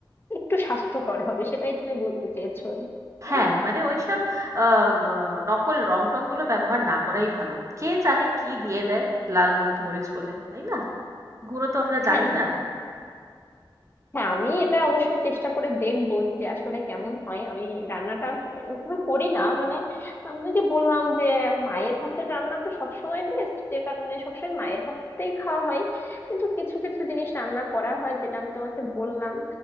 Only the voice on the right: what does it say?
হ্যাঁ,
মানে ঐসব আম আ নকল রং-টং গুলো ব্যবহার না করাই ভালো। কে জানে কি দিয়ে দেয় লাল মর মরিচ বলে, তাই না? গুঁড়ো তো আমরা
জানি না।